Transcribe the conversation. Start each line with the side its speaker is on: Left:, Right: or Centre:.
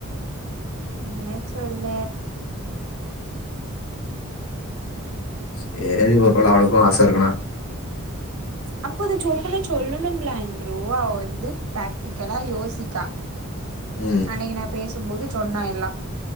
Right: என்ன சொல்ல
Left: சேரி ஒரு வேள அவளுக்கு ஆச இருக்கணா
Right: அப்போ அது சோப்பனு சொல்லணும்ல அன்ட்ரோ அவ வந்து பிராக்டிகலா யோசிக்கா
Left: ம்
Right: அன்னைக்கு நா பேசும்போது சொன்னா எல்லா